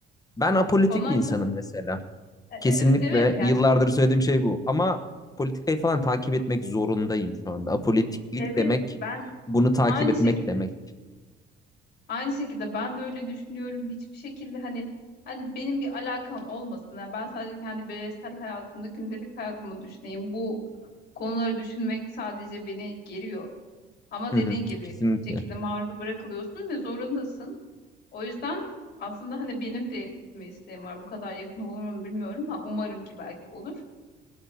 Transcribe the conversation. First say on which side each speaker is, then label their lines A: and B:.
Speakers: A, on the left; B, on the left.
A: Ben apolitik
B: Ondan
A: bir insanım mesela.
B: E- e-
A: Kesinlikle
B: e, Evet yani
A: yıllardır söylediğim şey bu. Ama politikayı falan takip etmek zorundayım şu anda. Apolitiklik
B: evet
A: demek
B: ben
A: bunu takip
B: aynı
A: etmek
B: şekilde
A: demek.
B: aynı şekilde ben de öyle düşünüyorum. Hiçbir şekilde hani hani benim bir alakam olmasın. Yani ben sadece kendi bireysel hayatımda gündelik hayatımı düşüneyim. Bu konuları düşünmek sadece beni geriyor. Ama
A: Hı
B: dediğin
A: hı,
B: gibi
A: kesinlikle.
B: bir şekilde maruz bırakılıyorsun ve zorundasın. O yüzden aslında hani benim de gitme isteğim var. Bu kadar yakın olur mu bilmiyorum ama umarım ki belki olur.